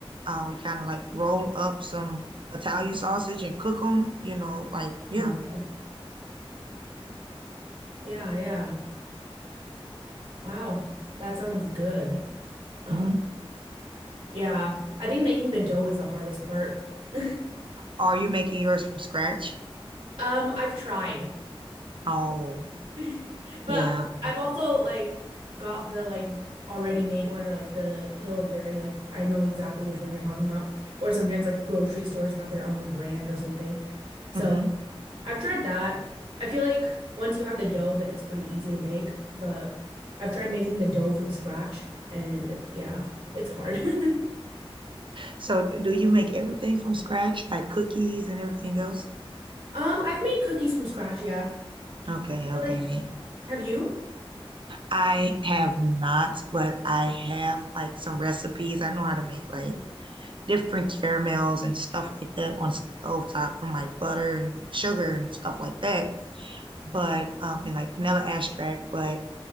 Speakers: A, on the right; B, on the right.
A: Uh, we kind of like roll up some Italian sausage and cook them, you know, like, yeah.
B: Wow. Yeah, yeah. Wow. That sounds good. Um,
A: Mm-hmm.
B: yeah. I think making the dough is the hardest part. <laughs>
A: Are you making yours from scratch?
B: Um, I've tried.
A: Oh,
B: <laughs> But
A: Yeah.
B: I've also like got the like already made one or like the Pillsbury, like I know exactly which one you're talking about. Or sometimes like the grocery stores have their own brand or something. So
A: hmm
B: I've tried that. I feel like once you have the dough, then it's pretty easy to make. But I've tried making the dough from scratch and yeah, it's hard. <laughs>
A: So do you make everything from scratch, like cookies and everything else?
B: Um, I've made cookies from scratch, yeah. I
A: Okay,
B: feel
A: okay.
B: like have you?
A: I have not, but I have like some recipes. I know how to make like different caramels and stuff like that on stovetop from like butter and sugar and stuff like that. But um and like vanilla extract, but